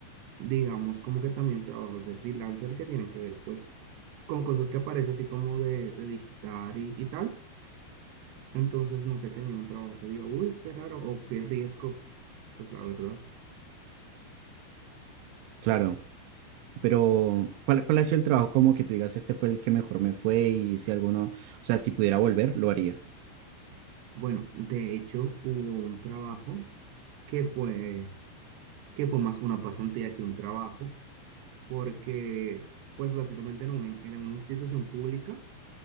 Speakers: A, on the right; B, on the right.
A: digamos, como que también trabajos de freelancer que tienen que ver pues con cosas que aparece así como de, de digitar y, y tal. Entonces nunca he tenido un trabajo que diga, uy, es que raro o qué riesgo. Pues la verdad.
B: Claro, pero ¿cuál, cuál ha sido el trabajo como que tú digas, este fue el que mejor me fue y si alguno, o sea, si pudiera volver, lo haría?
A: Bueno, de hecho hubo un trabajo que fue, que fue más una pasantía que un trabajo, porque pues básicamente era una, era una institución pública